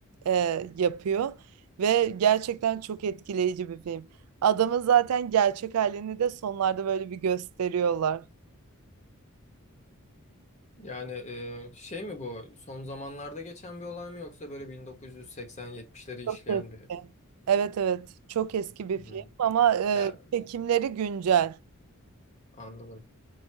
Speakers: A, on the right; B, on the left.
A: e, yapıyor. Ve gerçekten çok etkileyici bir film. Adamın zaten gerçek halini de sonlarda böyle bir gösteriyorlar.
B: Yani e, şey mi bu? Son zamanlarda geçen bir olay mı yoksa böyle 1980-70'leri işleyen
A: Çok eski.
B: bir
A: Evet evet. Çok eski bir film
B: Hı.
A: ama e,
B: Ya
A: çekimleri güncel.
B: anladım.